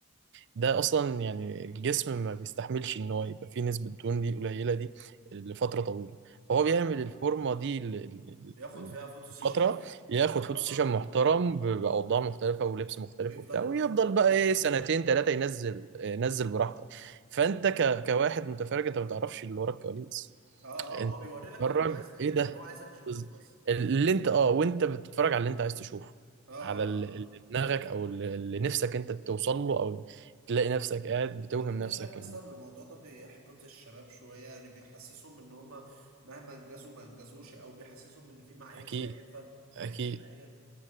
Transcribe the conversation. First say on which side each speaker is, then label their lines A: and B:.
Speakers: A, on the right; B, on the right.
A: ده اصلا يعني الجسم ما بيستحملش ان هو يبقى فيه نسبه دهون دي قليله دي لفتره طويله فهو
B: اه
A: بيعمل
B: طبعا
A: الفورمه دي ل... ل-
B: بياخد
A: ل-
B: فيها فوتو سيشن
A: فترة ياخد
B: محترمه
A: فوتو سيشن محترم ب- بأوضاع مختلفة ولبس مختلف
B: ويفضل
A: وبتاع
B: ينزل
A: ويفضل
B: ده كل
A: بقى ايه سنتين
B: يوم
A: ثلاثة ينزل آه، ينزل براحته فانت ك... كواحد متفرج انت ما تعرفش اللي ورا الكواليس
B: اه اه
A: انت
B: هو بيوري
A: بتتفرج
B: لك اللي انت عايز اللي
A: ايه ده
B: اللي هو عايزك تشوفه
A: بز-
B: بس
A: اللي انت اه وانت بتتفرج على اللي انت عايز تشوفه
B: اه اه
A: على ال-
B: اه
A: اللي دماغك او ال- اللي نفسك انت توصل له او تلاقي نفسك قاعد بتوهم
B: طب انت
A: نفسك
B: شايف اصلا
A: إن
B: الموضوع ده بيحبط الشباب شوية يعني بيحسسهم ان هما مهما انجزوا ما انجزوش او بيحسسهم ان في معايير
A: اكيد
B: زائفة ما
A: اكيد
B: هياش حقيقية